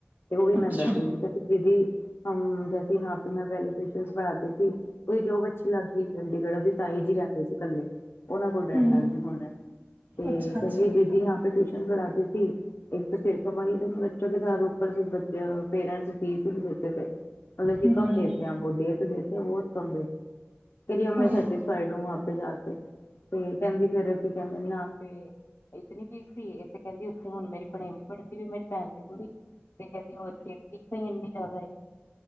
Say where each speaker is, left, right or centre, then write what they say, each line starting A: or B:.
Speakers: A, on the left; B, on the right.
A: ਤੇ ਉਹ ਵੀ
B: ਅੱਛਾ
A: ਮੈਂੂੰ ਦੱਸਦੀਦੀ ਦੀਦੀ ਹਮ ਜੈਸੇ ਹ ਪ ਮੈਂ ਪਹਿਲੇ ਕ੍ਰਮਸ ਪੜ੍ਹਾਤੀ ਸੀੀ ਉਹਦੀ ਜੋ ਬੱਚੀ ਲੱਗ ਗਈ ਚੰਡੀਗੜ੍ਹ ਅਦੀ ਸਤਾਈ ਜੀ ਰਹਿੰਦੇ ਸੀ ਕੱਲੇ ਉਹਨਾਂ ਕੋਲ ਰਹਿਣ
B: ਹੂੰ
A: ਲੱਗ ਗਏ ਹੋਣਾ ਤੇ
B: ਅੱਛਾ-ਅੱਛਾ
A: ਕੰਿੰਰੀ ਦੀਦੀ ਪੇ ਟਿਊਸ਼ਨ ਪੜ੍ਹਾਤੀ ਸੀ ਇੱਕ ਤਾਂ ਸਿਰ ਖਪਾਈ ਥੀ ਬੱਚੋ ਕੇ ਸਾਥ ਬ ਪੇਰੈਂਟ ਫੀ ਸੀ ਬ ਤੇ ਮਤਲਬ
B: ਹੂੰ
A: ਕੰਮ ਦੇਤੇ ਬਹੁਤ ਕੰਦੇਓ ਮੈਂ
B: ਹਾਂ।
A: ਸਾਡੇ <unintelligible> ਸਾਈਡ ਆਪੇ ਜਾ ਕੇ ਤੇ ਕਹਿੰਦੀ ਫੇ ਕੀ ਕਹਿੰਦਾ ਨੀ ਆਪੇ ਇ ਤੇ ਨੀ ਇਹ ਤੇ ਕਹਿੰਦੀ ਉੱਥੇ ਹੁਣ ਮੇਰੀ ਭਣੇਵੀ ਪੜ੍ਹਦੀ ਵੀ ਮੇਰੀ ਭੈਣ ਦੀ ਕੁੜੀ ਤੇ ਕਹਿੰਦੇ ਉੱਥੇ ਇਸ ਤ ਹੀ ਇੰਨੀ ਜ਼ਿਆਦਾ ਹੈਗੀ